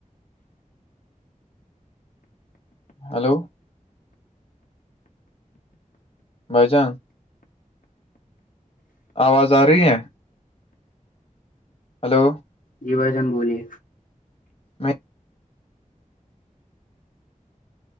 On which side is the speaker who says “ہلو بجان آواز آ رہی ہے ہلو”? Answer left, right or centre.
Left